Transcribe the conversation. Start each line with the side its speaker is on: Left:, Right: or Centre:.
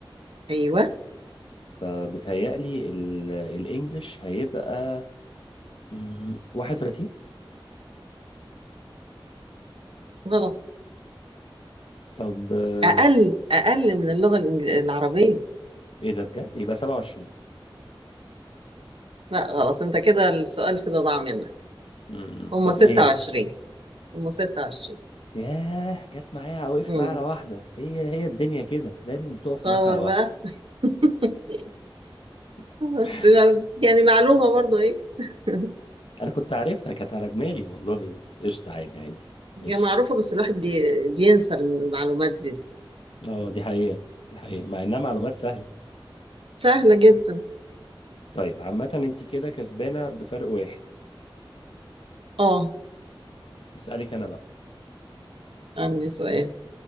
Right: ايوه
Left: فبيتهيألي ال... الإنجليش هيبقى مم، 31
Right: غلط
Left: طب آه،
Right: أقل أقل من اللغة الإنجل- العربية
Left: إيه ده بجد؟ يبقى 27
Right: لا غلط أنت كده السؤال كده ضاع منك خلاص
Left: امم
Right: هما
Left: طب
Right: 26
Left: إيه؟
Right: هما 26
Left: ياه جت معايا وقفت
Right: امم
Left: معايا على واحدة هي هي الدنيا كده دايما بتقف
Right: تصور
Left: معاك على واحدة
Right: بقى <laughs>
Left: <laughs>
Right: بس ما- يعني معلومة برضو إيه <laughs>
Left: انا كنت عارفها كانت على دماغي والله بس قشطة عادي عادي ماشي
Right: هي معروفة بس الواحد بي... بينسى المعلومات دي
Left: اه دي حقيقة دي حقيقة مع انها معلومات سهلة
Right: سهلة جدا
Left: طيب عامة انت كده كسبانة بفرق واحد
Right: آه
Left: اسألك انا بقى
Right: اسألني سؤال